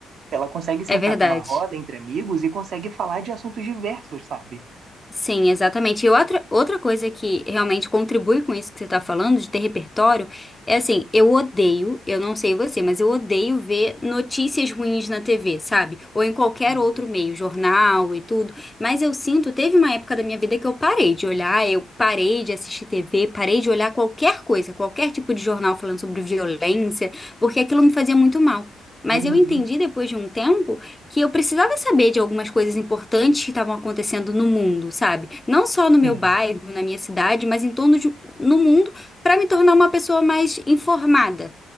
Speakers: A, on the right; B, on the left.
A: Ela consegue sentar
B: é verdade.
A: numa roda entre amigos e consegue falar de assuntos diversos, sabe?
B: Sim, exatamente. E outra, outra coisa que realmente contribui com isso que você está falando, de ter repertório, é assim, eu odeio, eu não sei você, mas eu odeio ver notícias ruins na TV, sabe? Ou em qualquer
A: Sim.
B: outro meio, jornal e tudo. Mas eu sinto, teve uma época da minha vida que eu parei de olhar, eu parei de assistir TV, parei de olhar qualquer coisa, qualquer tipo de jornal falando sobre violência, porque aquilo me fazia muito mal. Mas
A: Uhum.
B: eu entendi depois de um tempo que eu precisava saber de algumas coisas importantes que estavam acontecendo no mundo, sabe? Não só no
A: Sim,
B: meu bairro, na minha cidade, mas em torno de, no mundo, para me tornar uma pessoa mais informada.